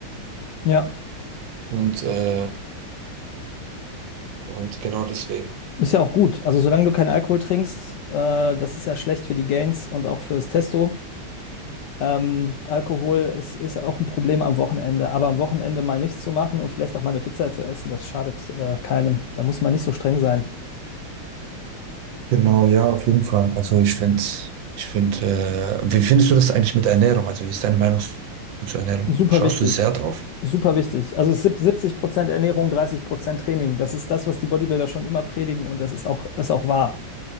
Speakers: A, on the left; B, on the right.
A: Ja.
B: und, äh, und genau deswegen.
A: Ist ja auch gut. Also solange du keinen Alkohol trinkst, äh, das ist ja schlecht für die Gains und auch fürs Testo. Ähm, Alkohol ist, ist auch ein Problem am Wochenende. Aber am Wochenende mal nichts zu machen und vielleicht auch mal eine Pizza zu essen, das schadet äh, keinem. Da muss man nicht so streng sein.
B: Genau, ja, auf jeden Fall. Also ich finde, ich finde, äh, wie findest du das eigentlich mit Ernährung? Also wie ist deine Meinung zu- zur Ernährung?
A: Super
B: Schaust
A: wichtig.
B: du sehr drauf?
A: Super wichtig. Also es ist sieb- 70% Ernährung, 30% Training. Das ist das, was die Bodybuilder schon immer predigen und das ist auch, ist auch wahr.